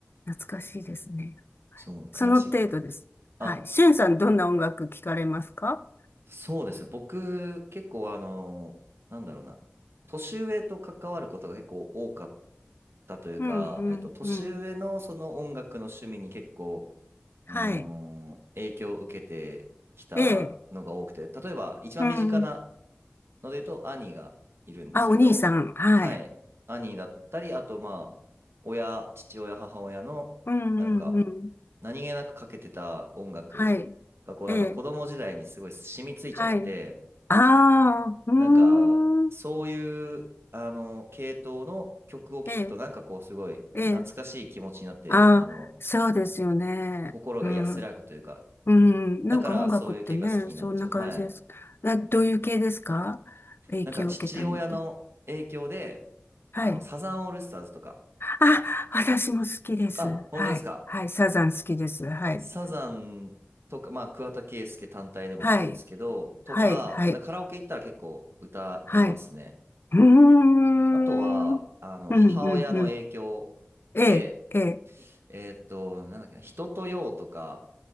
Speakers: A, on the left; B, on the right.
A: 懐かしいですね。
B: そう、クラシック。
A: その程度です。
B: あ
A: はい。しゅんさん、どんな音楽聞かれますか
B: そうです。僕、結構あの、なんだろうな。年上と関わることが結構多かったというか、
A: うん、うん、
B: えっと、年上のその音楽の趣味に結構、
A: うん。はい。
B: あのー影響を受けてきたのが多くて、
A: ええ。
B: 例えば一番身近な
A: うん。
B: ので言うと兄がいるんですけど、
A: あ、お兄さん。はい。
B: はい。兄だったり、あとまあ、親、父親、母親の、
A: うん、
B: なんか、
A: うん、うん。
B: 何気なくかけてた音楽が、
A: はい。
B: こうなんか子供時代にすごい染みついちゃって、
A: ええ。はい。ああ、うーん。
B: なんか、そういう、あの、系統の曲を聴くと、
A: ええ。
B: なんかこう、すごい懐かしい気持ちになって、
A: ええ。ああ、
B: あの、
A: そうですよね。
B: 心が安らぐというか、
A: うん。うん。なんか音楽ってね、
B: だからそういう系が好きになっちゃう。
A: そんな感じです。
B: はい。
A: などういう系ですか影響を受けたのって。
B: なんか、父親の影響で、
A: はい。
B: あの、サザンオールスターズとか、
A: あ、私も好きです。
B: あ、本当ですか。
A: はい。はい。サザン好きです。はい。
B: サザンとか、まあ、桑田佳祐単体でもそうですけど、
A: はい。
B: とか、
A: はい。はい。
B: だからカラオケ行ったら結構歌いますね。
A: はい。うーん。
B: あとは、
A: うん、
B: あの、
A: うん、
B: 母親の影響
A: うん。ええ、
B: で、
A: ええ。
B: えーっと、なんだっけな、人とようとか、